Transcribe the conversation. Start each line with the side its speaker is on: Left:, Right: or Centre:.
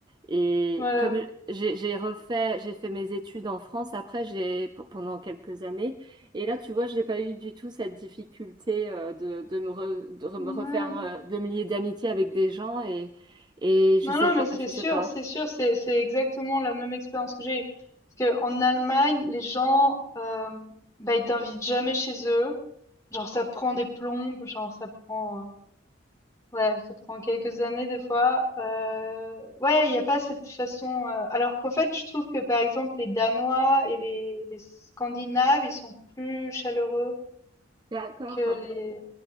Right: Et
Left: ouais,
Right: comme j'ai j'ai refait, j'ai fait mes études en France après, j'ai pour- pendant quelques années. Et là, tu vois, j'ai pas eu du tout cette difficulté euh, de, de me re- de me
Left: ouais.
Right: refaire, euh, de me lier d'amitié avec des gens et et je
Left: Non,
Right: sais
Left: non,
Right: pas,
Left: mais c'est
Right: je
Left: sûr,
Right: sais pas.
Left: c'est sûr, c'est c'est exactement la même expérience que j'ai eue. Parce que en Allemagne, les gens, euh, bah, ils t'invitent jamais chez eux. Genre, ça prend des plombes, genre, ça prend, euh, ouais, ça prend quelques années des fois. Euh, ouais, il n'y a pas cette façon. euh, alors qu'en fait, je trouve que par exemple, les Danois et les, les Scandinaves, ils sont plus chaleureux
Right: D'accord.
Left: que les